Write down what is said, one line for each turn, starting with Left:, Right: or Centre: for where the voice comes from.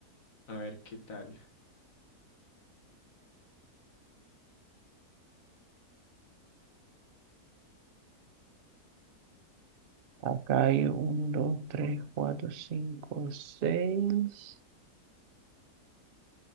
Left: A ver qué tal.
Right: acá hay uno, dos, tres, cuatro, cinco, seis.